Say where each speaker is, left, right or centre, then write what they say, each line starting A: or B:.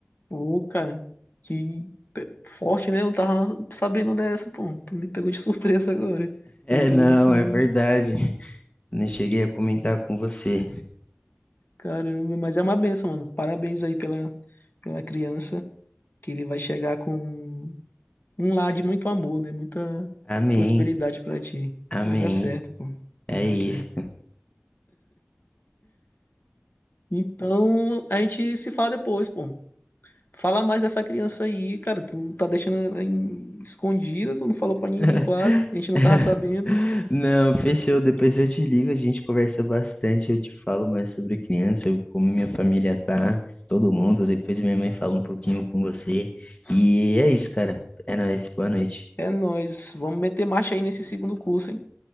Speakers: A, on the left; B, on the left.
A: Pô, cara, que pe- forte, né? Eu tava sabendo dessa, pô. Tu me pegou de <laughs> surpresa agora.
B: É,
A: Eu tô
B: não,
A: assim,
B: é verdade. <laughs> Não cheguei a comentar com você.
A: caramba. Mas é uma benção, mano. Parabéns aí pela, pela criança. que ele vai chegar com um lar de muito amor, né? Muita
B: Amém,
A: prosperidade pra ti.
B: amém.
A: Vai dar certo, pô.
B: É
A: Vai dar
B: isso.
A: certo. Então, a gente se fala depois, pô. Fala mais dessa criança aí, cara. Tu tá deixando ela em- escondida, tu não falou pra ninguém
B: <laughs>
A: quase. A gente não tava sabendo.
B: Não, fechou. Depois eu te ligo, a gente conversa bastante. Eu te falo mais sobre a criança, sobre como minha família tá, todo mundo. Depois minha mãe fala um pouquinho com você. E é isso, cara. É nóis. Boa noite.
A: É nóis. Vamos meter marcha aí nesse segundo curso, hein?